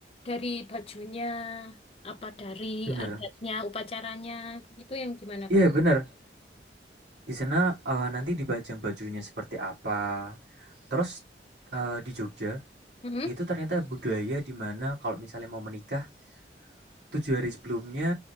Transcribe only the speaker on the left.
dari bajunya, apa dari
adatnya, upacaranya, itu yang gimana
kak?
Mm-mm.